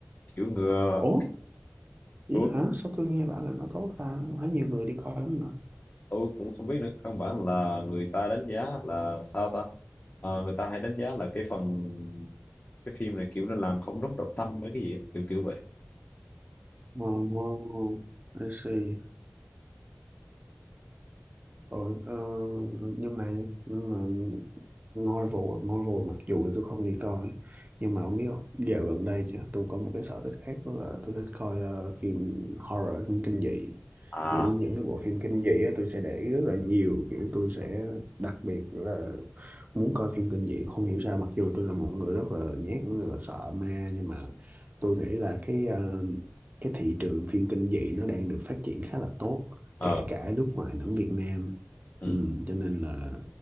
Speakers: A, on the left; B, on the right.
A: kiểu ngừa
B: Ủa vậy
A: tôi,
B: hả sao tôi nghe bảo là nó tốt ta tôi thấy nhiều người đi coi lắm
A: tôi cũng không biết nữa căn bản là người ta đánh giá là sao ta Ờ, người ta hay đánh giá là cái phần cái phim này kiểu nó làm không đúng trọng tâm mấy cái gì á, kiểu kiểu vậy
B: Oh, I see. Ờ, ờ, nhưng mà nhưng mà Marvel Marvel mặc dù là tôi không đi coi nhưng mà không biết không dạo gần đây chứ tôi có một cái sở thích khác đó là tôi thích coi ờ, phim horror phim kinh dị
A: à
B: kiểu những cái bộ phim kinh dị á, tôi sẽ để ý rất là nhiều kiểu tôi sẽ đặc biệt là muốn coi phim kinh dị không hiểu sao mặc dù tôi là một người rất là nhát rất là sợ ma nhưng mà tôi nghĩ là cái ờ, cái thị trường phim kinh dị nó đang được phát triển khá là tốt
A: ờ
B: kể cả nước ngoài lẫn Việt Nam
A: ừ.
B: ừ, cho nên là